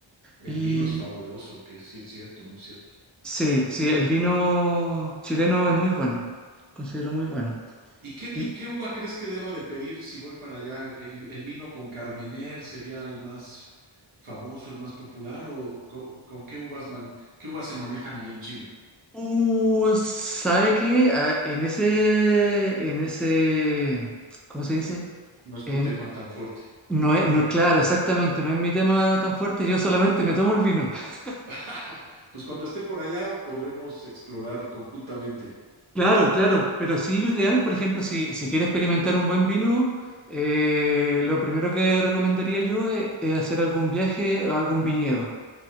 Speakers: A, on the right (about 90°); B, in the centre.
A: El
B: y
A: vino es fabuloso, que sí es cierto, muy cierto.
B: sí, sí, el vino chileno es muy bueno. Considero muy bueno.
A: ¿Y qué, vi-
B: Y,
A: qué uva crees que deba de pedir si voy para allá? ¿El, el vino con Carmener sería el más famoso, el más popular? ¿O co- con, qué uvas man- qué uvas se manejan allá en Chile?
B: uh, ¿sabe qué? Ah, en ese, en ese, ¿cómo se dice?
A: No es
B: En,
A: tu tema tan fuerte.
B: no es, no, claro, exactamente, no es mi tema tan fuerte, yo solamente me tomo el vino. <laughs>
A: <laughs> Pues cuando esté por allá podremos explorar conjuntamente.
B: Claro, claro, pero sí lo ideal, por ejemplo, si, si quiere experimentar un buen vino, eh, lo primero que recomendaría yo es, es hacer algún viaje a algún viñedo.